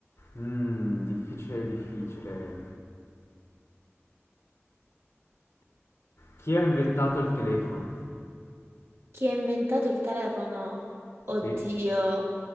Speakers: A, on the left; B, on the right.
A: Mmm, difficile, difficile. Chi ha inventato il telefono?
B: Chi ha inventato il telefono? Oddio.
A: Sì,